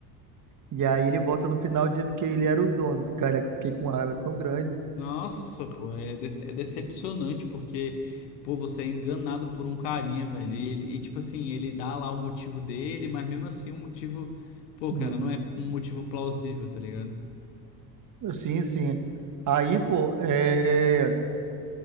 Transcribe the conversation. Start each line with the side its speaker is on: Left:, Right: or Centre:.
Right: e aí ele volta no final dizendo que ele era o dono, cara, que eu fiquei com uma raiva tão grande.
Left: Nossa, pô, é, de- é decepcionante porque, pô, você é enganado por um carinha, velho. E, ele, e, tipo assim, ele dá lá o motivo dele, mas mesmo assim o motivo, pô,
Right: Uhum.
Left: cara, não é um motivo plausível, tá ligado?
Right: Sim, sim. Aí, pô, é...